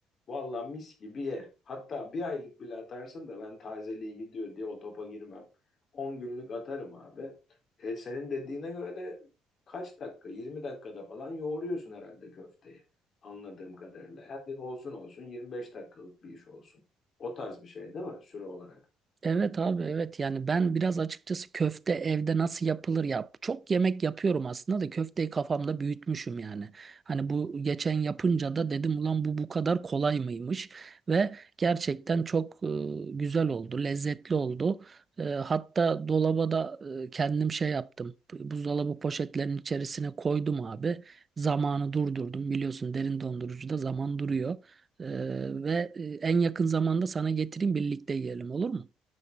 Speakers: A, on the left; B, on the right.
A: Valla mis gibi ye. Hatta bir aylık bile atarsın da ben tazeliğe gidiyor diye o topa girmem. on günlük atarım abi. E, senin dediğine göre de kaç dakika? yirmi dakikada falan yoğuruyorsun herhalde köfteyi. Anladığım kadarıyla. Hadi olsun olsun 25 dakikalık bir iş olsun. O tarz bir şey değil mi? Süre olarak.
B: Evet abi evet yani ben biraz açıkçası köfte evde nasıl yapılır yap çok yemek yapıyorum aslında da köfteyi kafamda büyütmüşüm yani. Hani bu geçen yapınca da dedim ulan bu bu kadar kolay mıymış ve gerçekten çok e, güzel oldu lezzetli oldu. E, hatta dolaba da e, kendim şey yaptım buzdolabı poşetlerinin içerisine koydum abi zamanı durdurdum biliyorsun derin dondurucuda zaman duruyor. E, ve e, en yakın zamanda sana getireyim birlikte yiyelim olur mu?